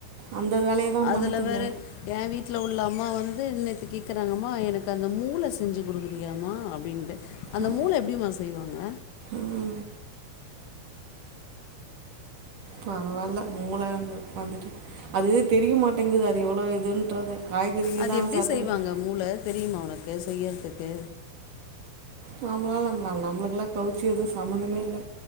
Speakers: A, on the right; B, on the left.
A: அந்த வேலைய தான்
B: அதுல
A: பண்ணுதுங்க
B: வேற என் வீட்ல உள்ள அம்மா வந்து இன்னைத்து கேக்குறாங்கம்மா எனக்கு அந்த மூளை செஞ்சு குடுக்குறியாமா அப்டின்ட்டு அந்த
A: ம்
B: மூள எப்டிமா செய்வாங்க
A: ம் பரவால்ல மூள வந்துட்டு அது தெரிய மாட்டேங்குது அது எவ்ளோ இதுன்றது காய்கறி
B: அது
A: தான்
B: எப்டி
A: சத்துன்னு
B: செய்வாங்க மூள தெரியுமா உனக்கு செய்யறதுக்கு
A: நாம்ளா ந நம்மளுக்கெல்லா கவுச்சு எதுவு சம்பந்தமே இல்ல